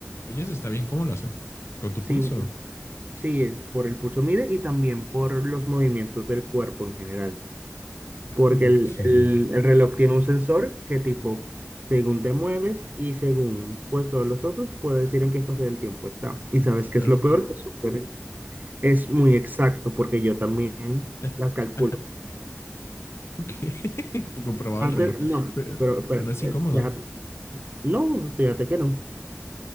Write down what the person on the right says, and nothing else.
Sí,
sí, por el pulso mide y también por los movimientos del cuerpo en general. porque
el, el- el reloj tiene un sensor que tipo, según te mueves y según pues todos los otros, puede decir en qué fase del tiempo está. Y sabes qué
es lo
peor, que es súper- es muy exacto, porque yo también
las calculo.
Antes
no,
pero, pero,
eh,
déjate. No, fíjate que no.